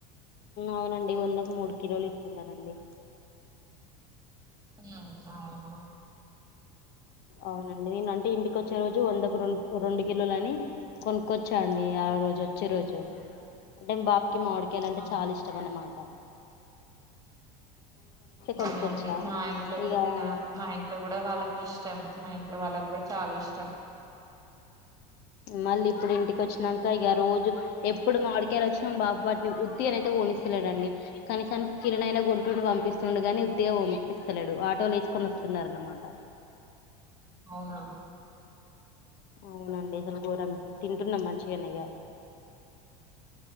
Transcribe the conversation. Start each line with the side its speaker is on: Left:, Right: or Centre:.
Left: అవునండి వంద కి మూడు కిలోలు ఇస్తున్నారండి
Right: అవునా
Left: అవునండి నేను అంటే ఇంటికి వచ్చే రోజు వందకు రెండు రెండు కిలోలు అని కొను కోచ్చా అండి ఆ రోజు వచ్చే రోజు అంటే బా కి మామిడికాయలు అంటే
Right: అవును.
Left: చాలా ఇష్టం అనమాట కొనుక్కొచ్చా
Right: అవునండి మా ఇంట్లో కూడా
Left: ఇక
Right: తినాలి మా ఇంట్లో కూడా వాళ్ళకి ఇష్టం మా ఇంట్లో వాళ్ళకి కూడా చాలా ఇష్టం
Left: మళ్ళీ ఇప్పుడు ఇంటికొచ్చినంకా ఇగ రోజు ఎప్పుడు మామిడి కాయలొచ్చిన మా బాప వాటిని ఉత్తిగన అయితే పోనీ స్తలేడండి కనీసానికి కిలణైన గొంట్టుండు పంపిస్తుడు గాని ఉత్తిగా పంపిస్తలేడు ఆటోలు వేసుకొనొస్తా స్తున్నారన్నమాట
Right: అవునా
Left: అవునండి అసలు గోరంగా తింటున్నాం మంచిగనే ఇగ